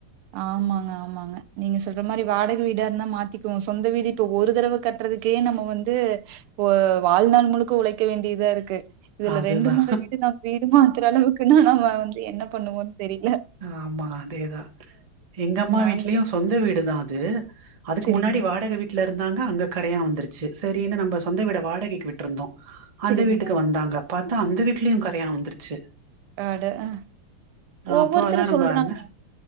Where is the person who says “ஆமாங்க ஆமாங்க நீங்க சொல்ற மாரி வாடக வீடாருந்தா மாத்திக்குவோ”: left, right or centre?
Right